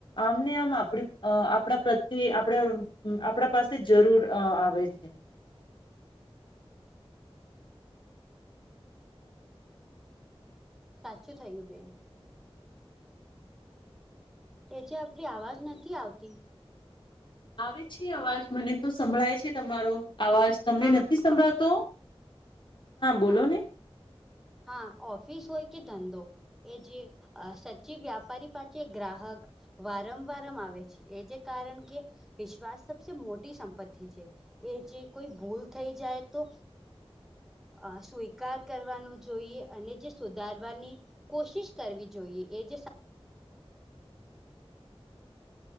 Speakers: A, on the left (about 50°); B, in the centre.
A: આમને આમ આપણી આપણા પ્રત્યે આપણે આપણા <unintelligible> પાસે જરૂર આવે છે
B: સાચું થયું બેન એ જે આપડી અવાજ નથી આવતી
A: આવે છે અવાજ મને તો સંભળાય છે તમારો અવાજ તમને
B: હા
A: નથી સંભળાતો
B: હા
A: બોલો
B: હા
A: ને
B: હા ઓફિસ હોય કે ધંધો એ જે સચીિવ વ્યાપારી પાસેી ગ્રાહક વારં વારં આવે છે એ જે કારણ કે વિશ્વાસ સબસે મોટી સંપત્તિ છે એ જે કોઈ ભૂલ થઈ જાય તો અ સ્વીકાર કરવાનું જોઈએ અને જે સુધારવાની કોશિશ કરવી જોઈએ એ જે